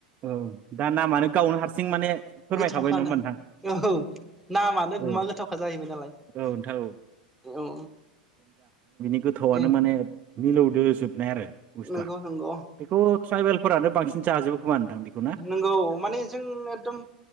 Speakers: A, on the right; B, in the centre.
A: औ दा नामानो गावनो हारसिं माने फोरमायखाबाय
B: गोथावखाना
A: नङा होमबा नोंथां
B: औ नामानो
A: औ
B: गुमा गोथावखा जाहैबाय नालाय
A: औ नोंथां
B: औ
A: गोथावानो
B: दे
A: माने मिलौदो जोबनाय आरो बुस्थुआ
B: नंगौ नंगौ औ
A: बेखौ ट्राइबेलफोरानो बांसिन जाजोबो खोमा नोंथां बेखौ ना
B: नंगौ माने जों एकदम